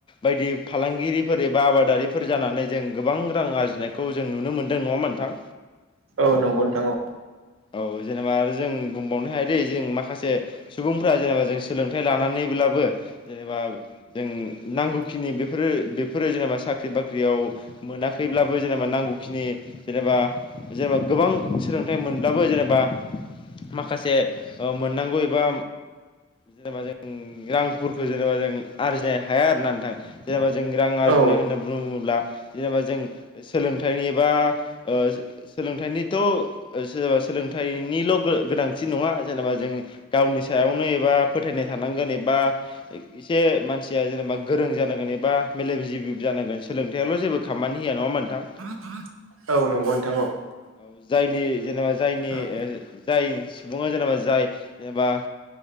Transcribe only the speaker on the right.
नोंगौ नोंथां औ।
औ
मा औ नोंगौ नोंथां औ।
औ